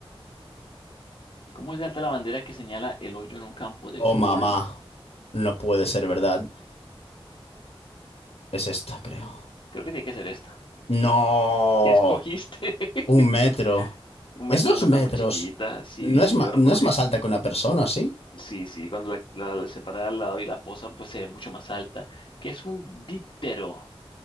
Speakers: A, on the left; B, on the left.
A: ¿Cómo es de alta la bandera que señala el hoyo en un campo de
B: Oh,
A: golf?
B: mamá. No puede ser verdad. Es esta, creo.
A: Creo que tiene que ser esta.
B: No,
A: ¿Qué escogiste? <laughs>
B: un metro.
A: Un
B: Es
A: metro
B: dos
A: no
B: metros.
A: está muy chiquita. Sí,
B: No
A: sí,
B: es, ma-
A: yo recuerdo
B: no es
A: que
B: más alta que una persona, ¿sí?
A: sí, sí, cuando la, la, la separan al lado y la posan, pues se ve mucho más alta. ¿Qué es un díptero?